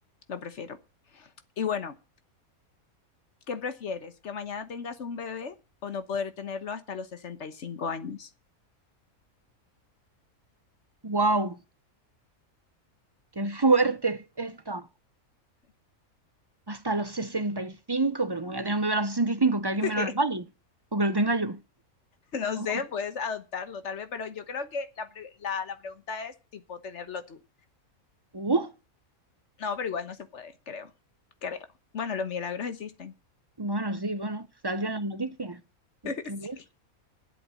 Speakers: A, on the left (about 55°); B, on the right (about 30°).
A: lo prefiero. Y bueno, ¿qué prefieres? ¿Que mañana tengas un bebé o no poder tenerlo hasta los 65 años?
B: ¡Wow! ¡Qué fuerte está. Hasta los 65, pero como voy a tener un bebé a los sesenta y cinco. que alguien
A: <laughs>
B: me lo regale o que lo tenga yo.
A: no
B: Oh,
A: sé, puedes adoptarlo tal vez, pero yo creo que la, pre- la, la pregunta es tipo tenerlo tú.
B: uh,
A: No, pero igual no se puede, creo. Creo. Bueno, los milagros existen.
B: bueno, sí, bueno, salió en las noticias. Uf,
A: <laughs> Sí.